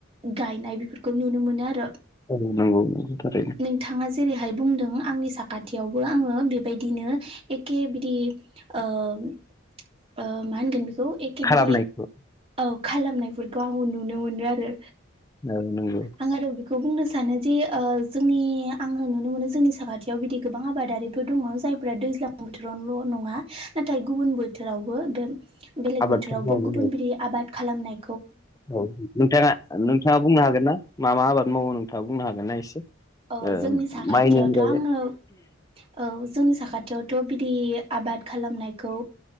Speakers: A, on the right; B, on the left.
A: गायनाय बेफोरखौ नुनो मोनो आरो।
B: औ नंगौ थारै
A: नोंथाङा जेरैहाय बुंदों आंनि साखाथियावबो आङो बेबायदिनो एखे बिदि ओ ओ ओ मा होनगोन बेखौ एखे
B: खालामनायखौ
A: बिदि औ खालामनायफोरखौ आंबो नुनो मोनो आरो।
B: औ नंगौ
A: आं आरो बेखौ बुंनो सानो जे ओ जोंनि आङो नुनो मोनो जोंनि साखाथियाव बिदि गोबां आबादारिफोर दङ जायफ्रा दैज्लां बोथोराव ल नङा नाथाय गुबुन बोथोरावबो बे बेलेग
B: आबादफोर
A: बोथोरावबो
B: मावो
A: गुबुन बिरि आबाद खालामनाय
B: औ नोंथाङा नोंथाङा बुंनो हागोन ना मा मा आबाद मावो नोंथाङा बुंनो हागोन ना एसे?
A: औ
B: ओ
A: जोंनि साखाथियावथ
B: माइनि अनगायै
A: आङो औ जोंनि साखाथियाव थ बिदि आबाद खालामनायखौ